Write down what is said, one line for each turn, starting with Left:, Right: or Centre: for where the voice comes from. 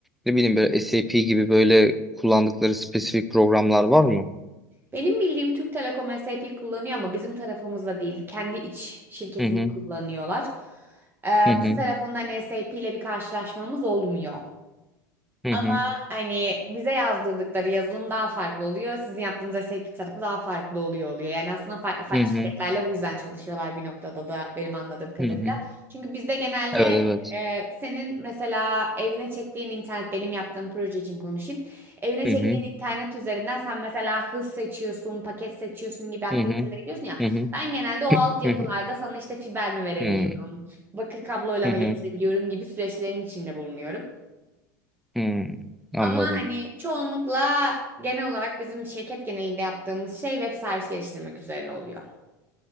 Centre: ne bileyim böyle SAP gibi böyle kullandıkları spesifik programlar var mı?
Right: Benim bildiğim Türk Telekom SAP kullanıyor ama bizim tarafımızda değil. Kendi iç şirketini
Centre: Hı hı.
Right: kullanıyorlar. Ee,
Centre: Hı hı.
Right: biz tarafından SAP ile bir karşılaşmamız olmuyor.
Centre: Hı
Right: Ama
Centre: hı.
Right: hani bize yazdırdıkları yazılım daha farklı oluyor. Sizin yaptığınız SAP tarafı daha farklı oluyor oluyor. Yani aslında farklı farklı
Centre: Hı hı.
Right: şirketlerle bu yüzden çalışıyorlar bir noktada da benim anladığım kadarıyla.
Centre: Hı hı.
Right: Çünkü bizde genelde
Centre: Evet evet.
Right: e, senin mesela evine çektiğin internet benim yaptığım proje için konuşayım. Evine çektiğin
Centre: Hı hı.
Right: internet üzerinden sen mesela hız seçiyorsun, paket seçiyorsun gibi aktivitelere
Centre: Hı hı.
Right: gidiyorsun ya.
Centre: Hı hı.
Right: Ben genelde o altyapılarda
Centre: Hı hı.
Right: sana işte fiber mi verebiliyorum,
Centre: Hı hı.
Right: bakır kabloyla
Centre: Hı
Right: mı
Centre: hı.
Right: getirebiliyorum gibi süreçlerin içinde bulunuyorum.
Centre: Hı.
Right: Ama
Centre: Anladım.
Right: hani çoğunlukla genel olarak bizim şirket genelinde yaptığımız şey web servis geliştirmek üzerine oluyor.